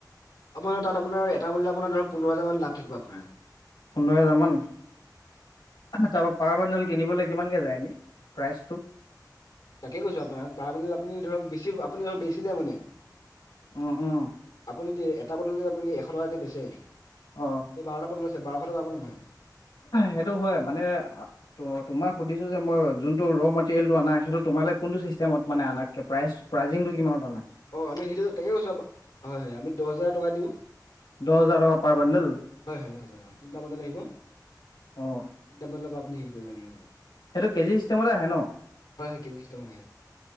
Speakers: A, on the left (about 65°); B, on the left (about 85°).
A: আপোনাৰ তাত আপোনাৰ এটা মান আপোনাৰ ধৰক পোন্ধৰ হাজাৰমান থাকিব আপোনাৰ
B: পোন্ধৰ হোজাৰ মান ত পাৰ বাডোণ্ডল কিনিবলৈ কিমানকে যায় এনেই প্ৰাইচটো
A: তাকে কৈছো আপোনাক পাৰ মান আপুনি ধৰক বেছি আপুনি ধৰক বেছিলে মানে
B: উম, উম,
A: আপুনি এটা বটল য আপুনি এশ টকাকে বেচে এই
B: অ',
A: বাৰটা বটল বাৰশ টকা হাব নে নহয়
B: সেইটো হয় মানে তুমাক সুধিছো মই জুনতু ৰো মেটেৰিয়েল আনা সেইটো তুমালে চিষ্টেমত মানে আনকৈ প্ৰাইচ প্ৰাইজিংটো কিমানত অনা
A: অ আমি সেইটো তাকে কৈছোঁ হয় হয় আমি দহ হাজাৰ টকা দিওঁ
B: দহ হাজাৰ টকা পাৰ বান্দোল
A: হয় হয় ৰহ তিনটা বজাত আহিব
B: অ',
A: তিনটামান আপুনি হেৰি কৰিব নে
B: সেইটো কেজি হিষ্টেমতে আহে ন
A: হয় হয় কেজি চিষ্টেমত আহে